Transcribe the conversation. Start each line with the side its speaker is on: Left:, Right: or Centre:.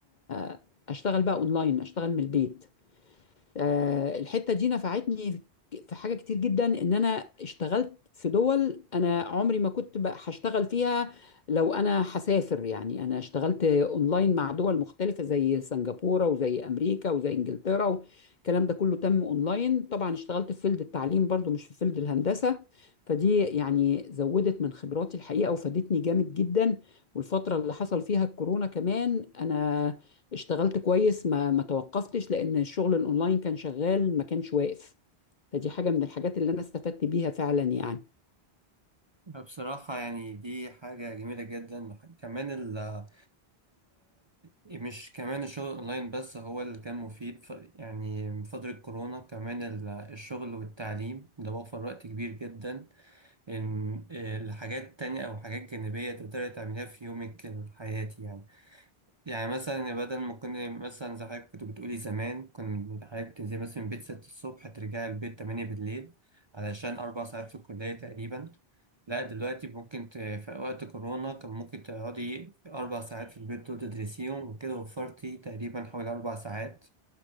Left: آه، آه، اشتغل بقى اونلاين اشتغل من البيت آه، الحتة دي نفعتني في حاجة كتير جدا ان انا اشتغلت في دول انا عمري ما كنت بقى هشتغل فيها لو انا هسافر يعني انا اشتغلت اونلاين مع دول مختلفة زي سنغافورة وزي امريكا وزي انجلترا الكلام ده كله تم اونلاين طبعا اشتغلت في فيلد التعليم برضو مش في فيلد الهندسة فدي يعني زودت من خبراتي الحقيقة وفادتني جامد جدا والفترة اللي حصل فيها الكورونا كمان انا اشتغلت كويس ما ما توقفتش لان الشغل الاونلاين كان شغال ما كانش واقف فدي حاجة من الحاجات اللي انا استفدت بيها فعلا يعني
Right: بصراحة يعني دي حاجة جميلة جدا كمان ال- مش كمان الشغل اونلاين بس هو اللي كان مفيد ف- يعني من فترة كورونا كمان ال- الشغل والتعليم ده وفر وقت كبير جدا ان الحاجات تانية او حاجات جانبية تقدري تعمليها في يومك الحياتي يعني يعني مثلا بدل ما كنا مثلا زي حضرتك كنت بتقولي زمان كنت حضرتك بتنزلي مثلا من البيت ستة الصبح ترجعي البيت تمانية بالليل علشان أربع ساعات في الكلية تقريبا لا دلوقتي ممكن ت- في وقت كورونا كان ممكن تقعدي أربع ساعات في البيت دول تدرسيهم وكده وفرتي تقريبا حوالي أربع ساعات